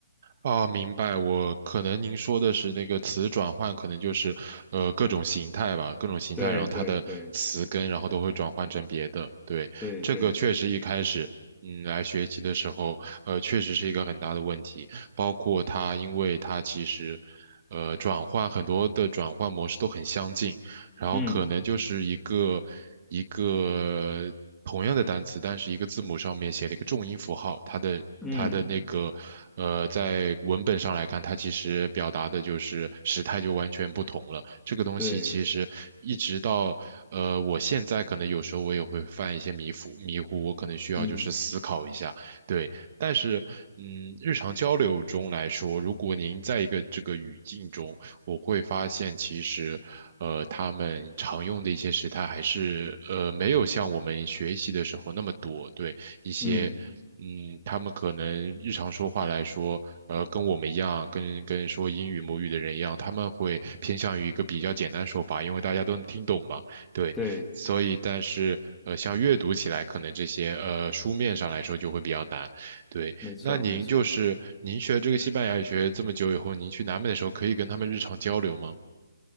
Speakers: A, on the right; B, in the centre.
A: 啊，明白。我可能您说的是那个词转换，可能就是呃各种形态吧，各种形态，
B: 对对对
A: 然后它的词根，然后都会转换成别的。对，
B: 对对对，
A: 这个确实一开始，嗯，来学习的时候，呃，确实是一个很大的问题。包括它，因为它其实，呃，转换很多的转换模式都很相近，然后可能就是一个一个同样的单词，
B: 嗯
A: 但是一个字母上面写了一个重音符号，它的它的那个呃，
B: 嗯
A: 在文本上来看，它其实表达的就是时态就完全不同了。这个东西其实一直到呃，
B: 对
A: 我现在可能有时候我也会犯一些迷糊迷糊，我可能需要就是思考一下，
B: 嗯
A: 对。但是嗯，日常交流中来说，如果您在一个这个语境中。我会发现其实，呃，他们常用的一些时态还是呃没有像我们学习的时候那么多。对一些，
B: 嗯
A: 嗯，他们可能日常说话来说，呃，跟我们一样，跟跟说英语母语的人一样，他们会偏向于一个比较简单的说法，因为大家都能听懂嘛。对，
B: 对，
A: 所以但是呃，像阅读起来，可能这些呃书面上来说就会比较难。对。
B: 没错没错。
A: 那您就是您学这个西班牙语学这么久以后，您去南美的时候可以跟他们日常交流吗？